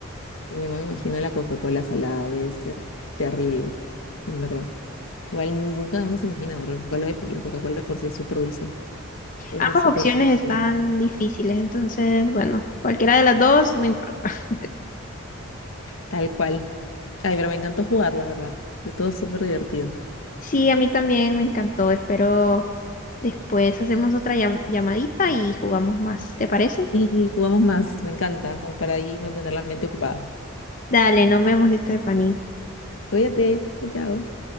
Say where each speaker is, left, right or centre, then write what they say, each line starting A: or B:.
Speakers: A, on the left; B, on the left.
A: Y bueno, me imagino la Coca-Cola salada debe ser terrible, en verdad. Igual nu- nunca uno se imagina, porque la Coca-Cola de por la Coca-Cola de por sí es súper dulce. Debe
B: Ambas
A: ser súper
B: opciones
A: dulce.
B: están difíciles, entonces, bueno, cualquiera de las dos, no importa. <laughs>
A: Tal cual. Ay, pero me encantó jugar, la verdad. Estuvo súper divertido.
B: Sí, a mí también me encantó. Espero después hacemos otra llam- llamadita y jugamos más. ¿Te parece?
A: Y jugamos más, me encanta, como para ahí mantener la mente ocupada.
B: Dale, nos vemos, Stephanie.
A: Cuídate, chao, chao.